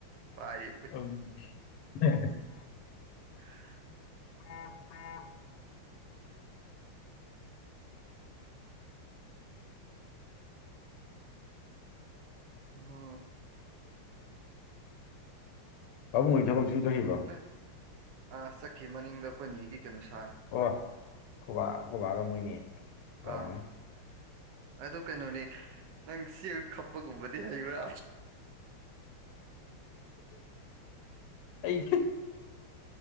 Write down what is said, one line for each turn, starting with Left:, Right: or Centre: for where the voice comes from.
Right: ꯄꯥꯏꯔꯤ
Left: ꯑꯝ <unintelligible>
Right: <unintelligible>
Left: <inaudible>
Right: <unintelligible>
Left: ꯄꯥꯕꯨꯡ ꯍꯣꯏ ꯊꯕꯛ ꯁꯨ ꯆꯠꯈꯤꯕ꯭ꯔꯣ
Right: ꯅ ꯑꯥ ꯆꯠꯈꯤ ꯃꯅꯤꯡꯗ ꯑꯩꯈꯣꯏ ꯅꯦꯒꯤ ꯀꯩꯅꯣ ꯁꯥꯔꯤ
Left: ꯑꯣ ꯈꯣꯕꯥ ꯈꯣꯏꯕꯥꯒ ꯃꯣꯏꯅꯤ ꯇꯧꯔꯝꯒꯅꯤ
Right: ꯑꯥ ꯑꯗꯨ ꯀꯩꯅꯣꯅꯦ ꯅꯪ ꯆꯦꯡ ꯈꯞꯄꯒꯨꯝꯕꯗꯤ ꯍꯩꯕ꯭ꯔꯥ
Left: ꯑꯩ